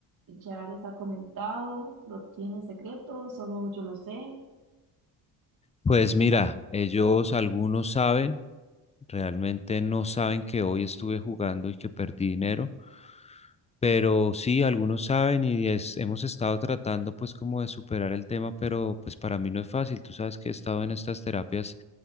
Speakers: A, on the right; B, on the left.
A: ¿Ya les ha comentado? ¿Lo tiene en secreto? ¿Solo yo lo sé?
B: Pues mira, ellos algunos saben, realmente no saben que hoy estuve jugando y que perdí dinero. Pero sí, algunos saben y es- hemos estado tratando pues como de superar el tema, pero pues para mí no es fácil. Tú sabes que he estado en estas terapias